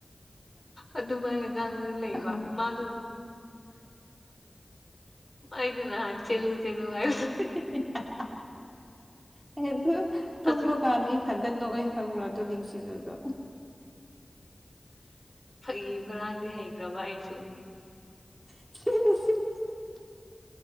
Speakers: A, on the left (about 20°); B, on the right (about 20°).
A: ꯑꯗꯨꯃꯥꯏꯅ ꯉꯥꯡꯅ ꯂꯩꯕ
B: <unintelligible>
A: ꯃꯥꯁꯨ ꯃꯥꯢꯖꯨ ꯅꯍꯥꯟ ꯆꯦꯜꯂꯨ ꯆꯦꯜꯂꯨ ꯍꯥꯏ
B: <unintelligible> ꯑꯦ ꯑꯗꯨ ꯇꯨꯝꯕ
A: ꯍꯧꯖꯤꯛ
B: ꯀꯥꯟꯗ ꯏꯊꯟꯗ ꯅꯣꯛꯑꯦ ꯈꯪꯕ꯭ꯔ ꯑꯗꯨ ꯅꯤꯡꯁꯤꯡꯔꯒ
A: ꯐꯥꯒꯤ ꯐꯔꯥꯡꯗꯤ ꯍꯩꯈ꯭ꯔꯕ ꯑꯩꯁꯨ
B: <unintelligible>